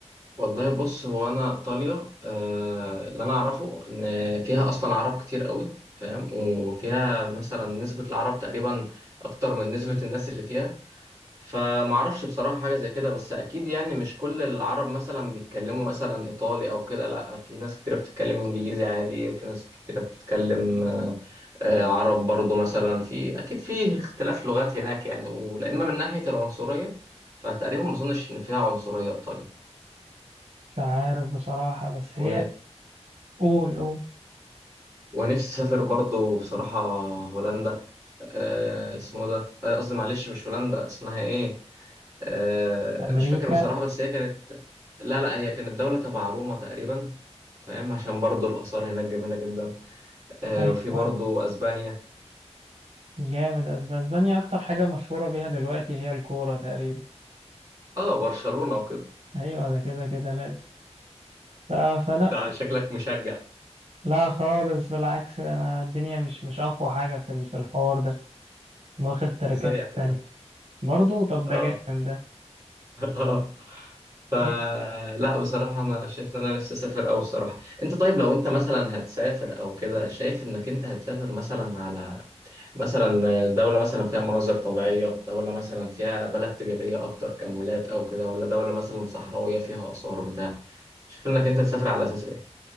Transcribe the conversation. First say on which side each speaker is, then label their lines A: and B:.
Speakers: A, on the right (about 30°); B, on the right (about 65°).
A: والله بص هو انا ايطاليا آه، اللي انا اعرفه ان فيها اصلا عرب كتير قوي فاهم وفيها مثلا نسبه العرب تقريبا اكتر من نسبه الناس اللي فيها فمعرفش بصراحة حاجة زي كده بس أكيد يعني مش كل العرب مثلا بيتكلموا مثلا إيطالي أو كده لأ في ناس كتيرة بتتكلم إنجليزي عادي وفي ناس كتيرة بتتكلم آه، آه، عرب برضو مثلا في أكيد في اختلاف لغات هناك يعني ولأما من ناحية العنصرية فتقريبا ما أظنش إن فيها عنصرية إيطاليا
B: مش عارف بصراحة بس
A: و...
B: هي قول قول
A: ونفسي أسافر برضو بصراحة هولندا آه، اسمه ده آه، قصدي معلش مش هولندا اسمها إيه آه،
B: أمريكا
A: مش فاكر بصراحة بس هي كانت لا لا هي كانت دولة تبع روما تقريبا فاهم عشان برضو الآثار هناك جميلة جدا آه،
B: أيوة
A: وفي برضو أسبانيا
B: جامد أسب- اسبانيا اكتر حاجة مشهورة بيها دلوقتي هي الكورة تقريبا
A: اه برشلونة وكده
B: ايوه ده كده كده لازم ف- فلا
A: انت شكلك مشجع
B: لا خالص بالعكس انا الدنيا مش مش اقوى حاجة في ال- في الحوار ده واخد التراكات
A: ازاي يا
B: التانية
A: احمد
B: برضو طب
A: اه
B: ده جامد ده
A: <laughs> اه فلا
B: هي-
A: بصراحة أنا شايف إن أنا نفسي أسافر أوي بصراحة أنت طيب لو أنت مثلا هتسافر أو كده شايف إنك أنت هتسافر مثلا على مثلا دولة مثلا فيها مناظر طبيعية دولة مثلا فيها بلد تجارية أكتر كمولات أو كده ولا دولة مثلا صحراوية فيها آثار بتاع شايف إنك أنت تسافر على أساس إيه؟